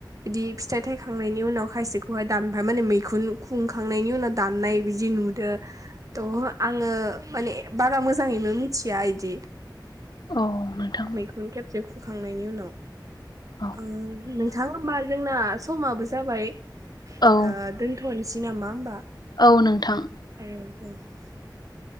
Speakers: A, on the right (about 45°); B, on the left (about 60°).
A: बिदि फिथाइ थायखांनायनि उनाव खायसेखौहाय दानबा माने मैखुन खुं खांनायनि उनाव दाननाय बिदि नुदो थ' आंङो माने बारा मोजाङैनो मिथिया इदि
B: औ नोंथां
A: मैखुन खेबसे खुखांनायनि उनाव
B: औ
A: ओ नोंथां होमबा जोंना समाबो जाबाय ओ
B: औ
A: दोनथ'नि सि नामा होमबा
B: औ नोंथां
A: औ औ